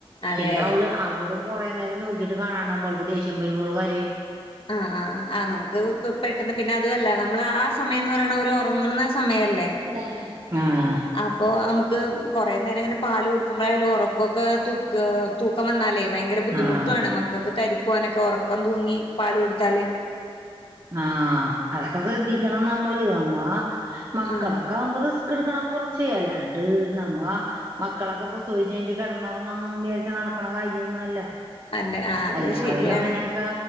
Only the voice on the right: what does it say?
പിന്നെ അവള് അവിട കുറേ നേരം നോക്കിട്ട് കാണണംൾക്ക് ദേഷ്യംവരുമ്പോൾഅവള് കരെയും
അതാരാ ആഹ്
ആഹ്
ആ അതൊക്കെ ശ്രദ്ധിക്കണം നമ്മള് നമ്മ മക്കളൊക്കെ
ആകുമ്പോ റിസ്ക് എടു ണം കുറച്ച് അല്ലാണ്ട് നമ്മ മക്കളൊക്കെ പ്രസവിച്ച കിടന്ന ച്ച നടക്കണ കാര്യം ഒന്നുംല്ല
എല്ലാവരും
അങ്ങനെയൊക്കെ